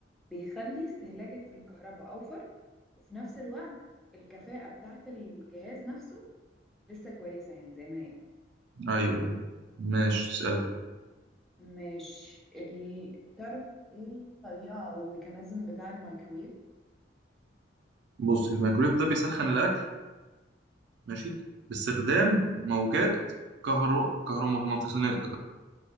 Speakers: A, in the centre; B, on the right (about 65°).
A: بيخلي استهلاكك في الكهرباء اوفر وفي نفس الوقت الكفاءة بتاعت الجهاز نفسه لسه كويسة يعني زي ما هي
B: ايوه ماشي سأل
A: مش ال... تعرف ايه الطريقة او الميكانيزم بتاع الميكروويف
B: بص الميكرويف ده بيسخن الاكل ماشي باستخدام موجات كهرو كهرومغناطيسية